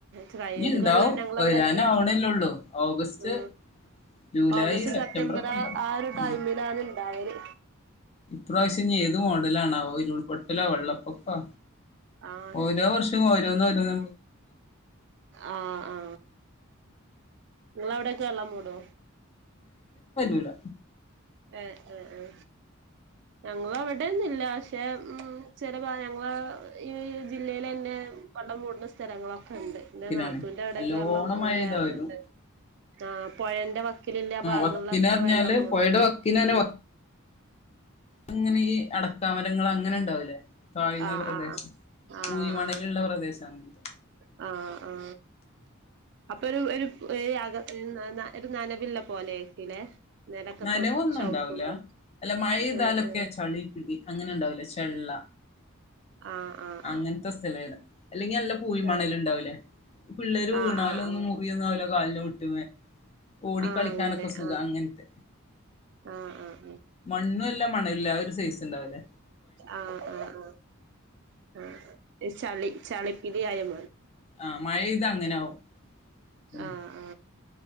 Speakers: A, on the right; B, on the left.
A: കയറകൊല്ലം
B: ഇനി ഇണ്ടാവും
A: ഞങ്ങളവിടൊക്കെ
B: വരാനാവണല്ലേ ഒള്ളൂ ഓഗസ്റ്റ്
A: ഉ
B: ജൂലൈ
A: ഓഗസ്റ്റ് സെപ്റ്റംബർ
B: ഒക്കെ
A: ആ
B: ഇണ്ടാവും
A: ആ ഒരു ടൈമിലാണ്
B: ഉം
A: ഇണ്ടായത്
B: ഇപ്രാവശ്യം ഇനി ഏത് മോഡലാണാ വോ ഉരുൾപൊട്ടലോ വെള്ളപ്പൊക്കോ
A: ആഹ്
B: ഓരോ വർഷം ഓരോന്നോരോന്നെ
A: ആ ആ നിങ്ങളവിടൊക്കെ വെള്ളം മൂടുമൊ
B: ഇല്ല
A: ഏ എ എ ഞങ്ങളവിടേന്നില്ല പക്ഷെ ഉം ചിലവ ഞങ്ങളെ ഈ ജില്ലേലന്നെ വെള്ളം കൂടുന്ന സ്ഥലങ്ങളൊക്കെ ഇണ്ട് എന്റെ
B: വക്കിനാണ്
A: നാത്തൂവിടൊക്കെള്ളം
B: നല്ലോണം
A: ഇവിടെ
B: മഴെയ്താ
A: കേറലുണ്ട്
B: വരും
A: ആ പുഴേന്റെ വക്കലില്ല ആ ഭാഗങ്ങളിലൊക്കെ
B: വക്കിന് പറഞ്ഞാല്
A: വെള്ളം മൂടല്
B: പൊഴയുടെ വക്കിനന്നെ
A: ഉ
B: വ അങ്ങനെ ഈ അടക്കമരങ്ങളെ അങ്ങനുണ്ടാവൂലേ താഴ്ന്ന
A: ആ
B: പ്രദേശം
A: ആ ആ ആ ആ
B: പൂയിമണലുള്ള പ്രദേശം അങ്ങനത്തെ
A: ആ ആ അപ്പൊ ഒരു ഒരു ഏയ്‌ ഒരു നനവു ള്ള പോലെയൊക്കെയില്ലെ നെരക്കത്തോ
B: നനവൊന്നും
A: ചവിട്ടുമ്പോ
B: ഉണ്ടാവൂല അല്ല മഴെയ്താലൊക്കെ
A: ഏ ഏ
B: ചളി പിടി അങ്ങനെ ഉണ്ടാവൂലേ ചെള്ള
A: ആ ആ
B: അങ്ങനത്തെ
A: ആ
B: സ്ഥലാണ് അല്ലെങ്കി നല്ല പൂയി മണലു
A: ഏ
B: ണ്ടാവില്ലേ പിള്ളേരു
A: ആ
B: വീണാലൊന്നും
A: ആ ആ
B: മുറിവൊന്നുമാവില്ല കാലിന്റെ മുട്ടിന്മേൽ ഓടിക്കളിക്കാനൊക്കെ
A: ആ അങ്ങനെ
B: സുഖാ
A: ആ
B: അങ്ങനത്തെ
A: ആ ആ അ
B: ഇന്നു എല്ല മണലിലാ ആ ഒരു സൈസ് ഇണ്ടാവില്ലേ
A: ആ ആ ആ ആ ഈ ചളി ചളിപിടി ആയമാ
B: ആ മഴെയ്താ അങ്ങനാവും
A: ആ ആ